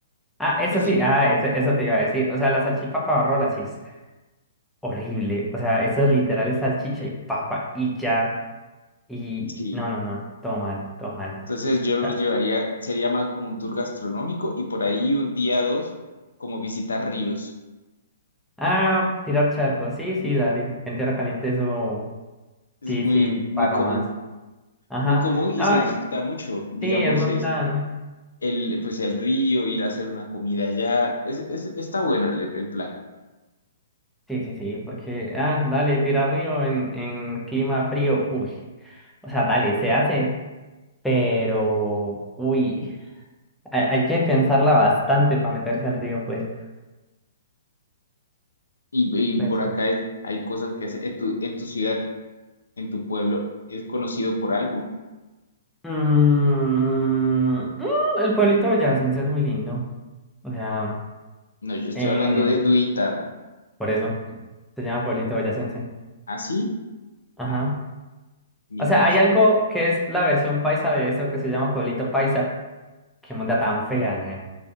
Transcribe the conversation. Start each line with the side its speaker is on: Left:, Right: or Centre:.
Centre: Ah, eso
Left: los
Centre: sí,
Left: lle-
Centre: ah, eso, eso te iba a decir. O sea, la salchipapa o rola sí es horrible. O sea, eso es literal es salchicha y papa y ya. Y
Left: sí.
Centre: no, no, no, todo mal, todo mal.
Left: Entonces yo los
Centre: Ah,
Left: llevaría, sería más como un tour gastronómico y por ahí un día dos, como visitar ríos.
Centre: ah, tirar charco. Sí, sí, dale. En tierra caliente eso
Left: Es
Centre: sí,
Left: muy,
Centre: sí,
Left: muy
Centre: paga
Left: común,
Centre: más. Ajá.
Left: muy común y
Centre: Ah,
Left: se disfruta mucho, digamos
Centre: sí, es buen
Left: el
Centre: plan.
Left: el, pues el río, ir a hacer una comida allá. Es, es- está bueno el, el plan.
Centre: Sí, sí, sí, porque, ah, dale, tirar río en, en clima frío. Uy. O sea, dale, se hace. Pero, uy, hay, hay que pensarla bastante para meterse al río, pues.
Left: Y, y
Centre: Eso.
Left: por acá hay, hay cosas que hacer. En tu, en tu ciudad, en tu pueblo, ¿es conocido por algo?
Centre: Mm, mm, el pueblito de boyacense es muy lindo. O sea,
Left: No, yo estoy
Centre: eh,
Left: hablando de Duitama.
Centre: por eso se llama pueblito boyacense.
Left: ¿Ah, sí?
Centre: Ajá.
Left: Ah, mi
Centre: O sea,
Left: error.
Centre: hay algo que es la versión paisa de eso que se llama pueblito paisa. Qué monda tan fea, nea.